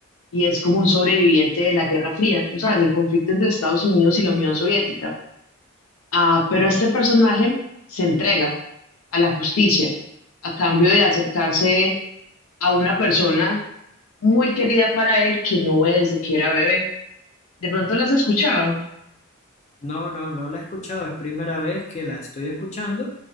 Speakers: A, on the left; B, on the left.
A: y es como un sobreviviente de la Guerra Fría, tú sabes, del conflicto entre Estados Unidos y la Unión Soviética. Ah, pero
B: Claro.
A: este personaje se entrega a la justicia, a cambio de acercarse a una persona muy querida para él que no es desde que era bebé. ¿De pronto las has escuchado?
B: No, no, no la he escuchado, es primera vez que la estoy escuchando